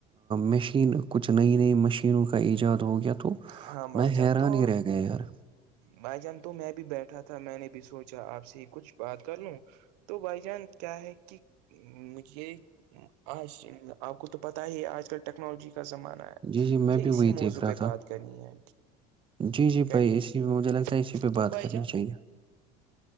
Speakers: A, on the right; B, on the right.
A: مشین کچھ نئی نئی مشینوں کا ایجاد ہو گیا تو
B: ہاں بھائی
A: میں
B: جان
A: حیران
B: تو
A: ہی رہ گیا یار
B: بھائی جان تو میں بھی بیٹھا تھا میں نے بھی سوچا آپ سے کچھ بات کر لوں تو بھائی جان کیا ہے کہ مجھے آج آپ کو تو پت ہی آج کل ٹائم ٹیکنالوجی کا زمانہ ہے
A: جی جی
B: مجھے
A: میں بھی
B: اسی
A: وہی
B: موضوع
A: دیکھ رہا
B: پہ
A: تھا
B: بات کرنی ہے
A: جی جی
B: کر
A: بھائی
B: اسسی
A: اسی پہ مجھے لگتا ہے اسی پہ
B: تو
A: بات
B: بائی
A: کرنی
B: جان
A: چاہیے